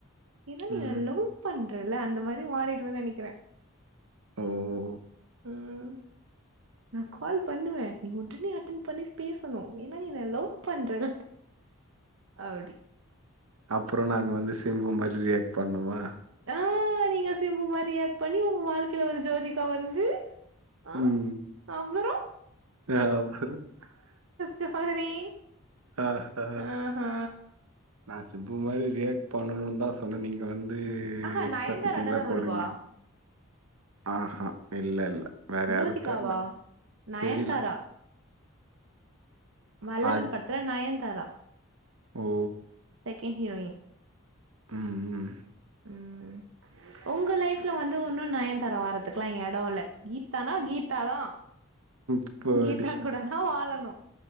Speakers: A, on the right; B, on the right.
A: ஏன்னா நீ
B: ம்.
A: என்ன லவ் பண் றல அந்த மாரி மாறிடுவேனு நெனைக்கிறேன்
B: ஓ ஓ ஓ
A: உம் நா கால்ப் பண்ணுவ நீ உடனே அட்டன் பண்ணி பேசணு ஏன்னா நீ என்ன லவ் பண்ற அப்டி
B: அப்பறோ நாங்க வந்து சிம்பு மாரி ரியாக்ட் பண்ணுவா
A: தான் ஆ நீங்க சிம்பு மாரி ரியேக்ட் பண்ணி ஒங்க வாழ்க்கைல ஒரு ஜோதிகா வந்து ஆ
B: ம்.
A: அவரு
B: <unintelligible>
A: சப்பாதறி
B: ஆ ஆ
A: ஆஹா
B: நா சிப்பு மாதிரி ரியாக்ட் பண்ணும்னுதா சொன்ன நீங்க வந்து
A: ஆஹா
B: எக்ஸா
A: நயன்தாரா
B: ஃபிட்டிங்லா
A: தான
B: போடுறீங்க
A: வருவா
B: ஆஹஹா இல்ல இல்ல வேற
A: ஜோத்திகாவா
B: யாரு தெர்ல
A: நயன்தாரா
B: தெரில தெரியல.
A: வல்லவன்
B: அது
A: படத்துல நயன் தரா
B: ஓ
A: <unintelligible> ஹீரோயின்
B: ம்ம்
A: ம் உங்க லைஃப்ல வந்து ஒன்னு நயன்தாரா வர்றதுக்கெல்லா இங்க எடோல்ல கீத்தானா கீத்தாதா
B: இப்பாடி
A: கீத்தா கூடதா வாழன் நோ